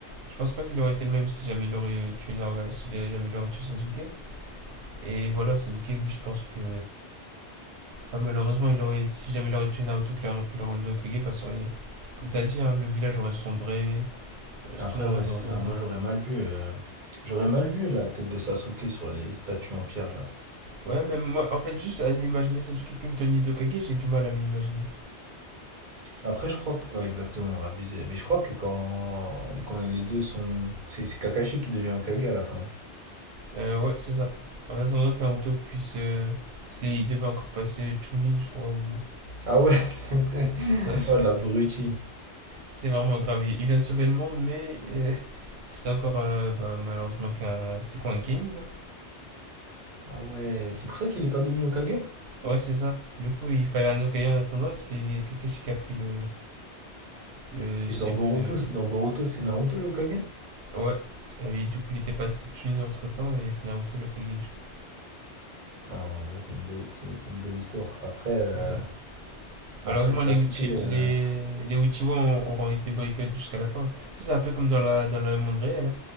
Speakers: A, on the right; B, on the right.
A: je pense pas qu'il aurait été le même si jamais il aurait euh, tué, Naruto si jamais il aurait tué Sasuke. Et voilà, Sasuke, lui, je pense que. Bah, malheureusement, il aurait, si jamais il aurait tué Naruto, qu'il aurait pris le rôle de Hokage, bah, ça aurait- comme t'as dit, hein, le village aurait sombré, euh,
B: Après,
A: tout le monde
B: ouais, c'est
A: aurait.
B: ça. Moi, j'aurais mal vu, euh, j'aurais mal vu la tête de Sasuke sur les statues en pierre, là.
A: Ouais, même moi, en fait, juste à m'imaginer Sasuke comme de Hokage, j'ai du mal à me l'imaginer.
B: Après, je crois que... ouais, exactement, abusé. Mais je crois que quand, quand les deux sont... C'est c'est Kakashi qui devient Hokage à la fin.
A: Euh, ouais, c'est ça. En attendant que Naruto puisse. euh, Parce qu'il devait encore passer Chunin, je crois, ou.
B: Ah ouais, <laughs> c'est vrai.
A: C'est ça. <laughs>
B: Oh, l'abruti.
A: C'est vraiment grave. Il il vient de sauver le monde, mais. euh, c'est encore, euh, bah, malheureusement, qu'un. C'était quoi, un Genin, hein
B: Ah ouais, c'est pour ça qu'il est pas devenu Hokage?
A: Ouais, c'est ça. Du coup, il fallait un Hokage en attendant, et c'est Kakashi qui a pris le le,
B: Et
A: sup-
B: dans Boruto,
A: euh,
B: c'est- dans Boruto, c'est Naruto le Hokage?
A: Ouais, euh, et du coup, il était passé Chunin entre temps et c'est Naruto le Kage, du coup,
B: Ah ouais, en vrai, c'est une belle, c'est, c'est une belle histoire. Après, euh,
A: c'est ça.
B: après
A: Malheureusement,
B: Sasuke,
A: les, Uchi,
B: il
A: les, les Uchiwa ont- auront été boycottés jusqu'à la fin. Tu C'est un peu comme dans, la, dans le monde réel. hein.